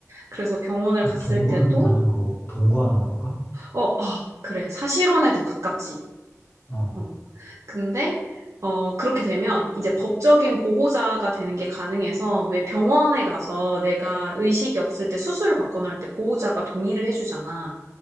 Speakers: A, on the right; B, on the left.
A: 그래서 병원을
B: 그
A: 갔을
B: 동거는
A: 때도
B: 하는 거, 동거하는 건가?
A: 어, 어 그래. 사실혼에 더 가깝지.
B: 어.
A: 어. 근데 어, 그렇게 되면 이제 법적인 보호자가 되는 게 가능해서 왜 병원에 가서 내가 의식이 없을 때 수술을 받거나 할 때 보호자가 동의를 해주잖아.